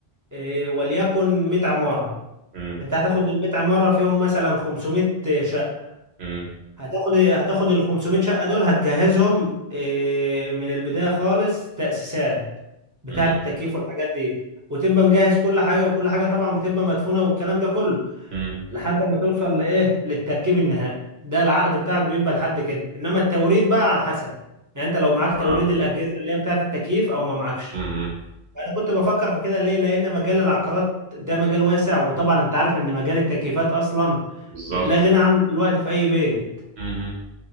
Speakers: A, on the right (about 20°); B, on the right (about 80°).
A: إيه، وليكن 100 عمارة
B: امم
A: انت هتاخد ال 100 عمارة فيهم مثلا 500 شقة
B: امم
A: هتاخد هتاخد ال 500 شقة دول هتجهزهم إيه، من البداية خالص تأسيسات بتاعة
B: امم
A: التكييف والحاجات دي وتبقى مجهز كل حاجة وكل حاجة طبعا بتبقى مدفونة والكلام ده كله
B: إمم.
A: لحد ما توصل لايه للتركيب النهائي ده العقد بتاعك بيبقى لحد كده انما التوريد بقى على حسب يعني انت لو معاك
B: تمام
A: توريد الاجهزه اللي هي بتاعه التكييف او ما معكش
B: امم إمم.
A: انا كنت بفكر في كده ليه لان مجال العقارات ده مجال واسع وطبعا انت عارف ان مجال التكييفات اصلا
B: بالظبط
A: لا غنى عنه دلوقتي في اي بيت
B: مم.